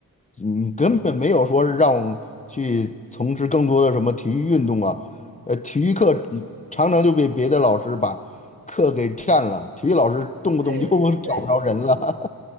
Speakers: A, on the left (about 20°); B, on the right (about 60°).
A: 嗯，根本没有说是让我们去从事更多的什么体育运动啊，呃，体育课嗯常常就被别的老师把课给占了，
B: 嗯，
A: 体育老师动不动就
B: 对对
A: <laughs> 找不着人了。